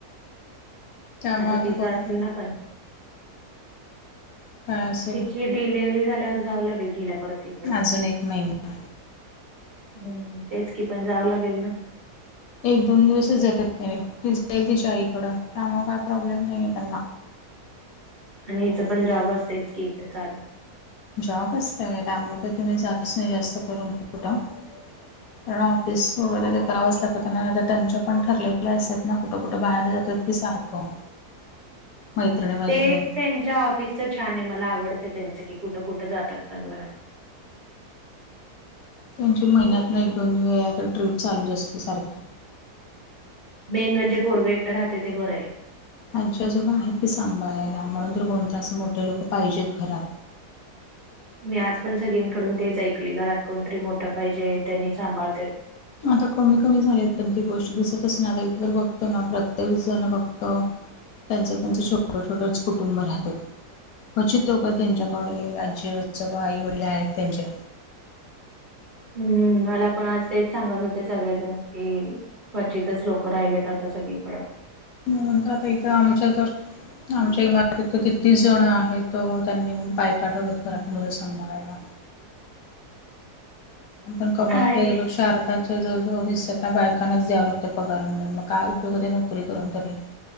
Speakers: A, on the left (about 70°); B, on the right (about 40°).
A: त्यामुळे
B: आता तिचं
A: बघू
B: असेल ना पण
A: काय असेल
B: त्याची डिलेिवर्हरी झाल्यावर जावं लागेल गेल्या परत इकडं
A: अजून एक महिना
B: हम् तेच की पण जावं लागेल ना
A: एक दोन दिवसच जातात त्याने ती जाईल तिच्या आईकडं त्यामुळेग काय प्रॉब्लेम नाही आहे त्यांना
B: आणि हिचं पण जॉब असत इत की इथे चाला
A: जॉब असत त्याबर तर तुम्ही जातच नाही जास्त करून कठं
B: <inaudible>
A: कारण ऑफिस वगैरे ते करावंच लागत नाही तर त्यांच्या पण ठरलेल्या अस आहेत ना कुठं कुठं बाहेर जात आहेत की सारखं मैत्रिणी मैत्रिणी
B: ते त्यांच्या ऑफिस छान आहे मला आवडतं त्यांचं की कुठं कुठं जातात पण मला
A: त्यांची महिन्यात ना एक दोन वेळा आता ट्र्रीप चालूच असते सारखी
B: मेन म्हणजे पोरग एकक्टर राहते ते बरं आहे
A: त्यांच्याजोब आहेत तेी सांभाळायला म्हणून तर कोण तास मोठे लोक पाहिजेत घरात
B: मी आज पण सगळीकडून तेच ऐकली घरात कोणतरी मोठं पाहिजे त्यांनी सांभाळते
A: आता कमी कमी झालीत पण ती गोष्ट दिसत असणार इथ तर बघतो ना प्रत्येक जण बघतो त्यांचं त्यांचं छोटं छोटंच कुटुंब राहतो क्चित लोक आहेत त्यांच्याकडे आजी स आई वडील आहेत त्यांचे
B: हम्म मला पण आज तेच सांगत होते सगळेजण की क्वचितच लोक राहिलेत आता सगळीकडें
A: नंतर आता इथं आमच्या जर आमच्या इमारतीत तर कितीस जण आहेत त त्यांनी बायक आठवत घरात मुलं सांभाळायला आपण कमवतो
B: काय
A: त्याच्या शारदा त्या जो जो हिस्सा्या काय बायकांच द्यावं लागतं पगार म्हणून मग काय उपयोग होते नोकरी करून तरी